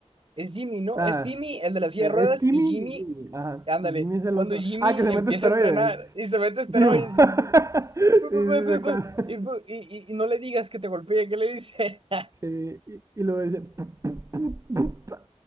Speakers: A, on the right; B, on the right.
A: es Jimmy, ¿no?
B: Ah,
A: Es Timmy, el de la silla
B: eh,
A: de ruedas,
B: es Timmy
A: y Jimmy,
B: y Jimmy. Ajá,
A: ándale,
B: Jimmy es el
A: cuando
B: otro.
A: Jimmy
B: Ah, que se
A: empieza
B: mete esteroides.
A: a entrenar y se mete esteroides
B: Sí, bo- <laughs>
A: y, dice, "Bu, bu,
B: sí, sí,
A: bu, bu,
B: sé
A: bu",
B: cuál.
A: y, bu- y- y- y no le digas que te golpee, ¿qué le dice? <laughs>
B: Sí, y, y luego dice. "Pu- pu- pu- puta".